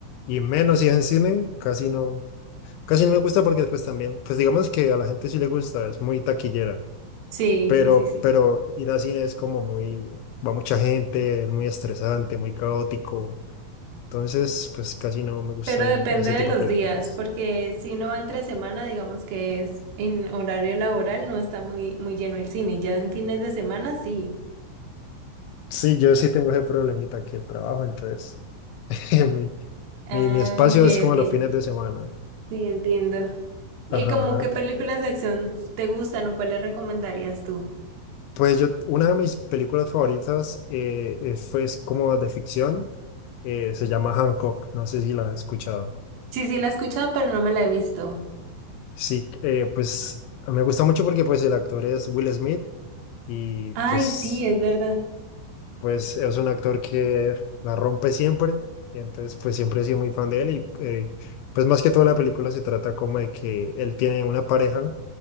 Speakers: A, on the left; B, on the right.
A: Y menos si es en cine, casi no, casi no me gusta porque pues también, pues digamos que a la gente sí le gusta, es muy taquillera.
B: Sí,
A: Pero,
B: sí, sí, sí.
A: pero ir al cine es como muy, va mucha gente, es muy estresante, muy caótico. Entonces, pues casi no me gusta
B: Pero depende
A: ir a ese
B: de
A: tipo
B: los
A: de películas.
B: días, porque si uno va entre semana, digamos que es en horario laboral, no está muy, muy lleno el cine. Ya en fines de semana, sí.
A: Sí, yo sí tengo ese problemita aquí el trabajo, entonces <laughs> mi,
B: Ah,
A: mi, mi espacio
B: ok,
A: es como
B: ok.
A: los fines de semana.
B: Sí, entiendo. ¿Y
A: Ajá.
B: como qué películas de acción te gustan o cuáles recomendarías tú?
A: Pues yo, una de mis películas favoritas eh, es, fue- es como de ficción, eh, se llama Hancock, no sé si la has escuchado.
B: Sí, sí, la he escuchado, pero no me la he visto.
A: Sí, eh, pues me gusta mucho porque pues el actor es Will Smith y
B: Ay,
A: pues
B: sí, es verdad.
A: pues es un actor que la rompe siempre y entonces pues siempre he sido muy fan de él y eh, pues más que toda la película se trata como de que él tiene una pareja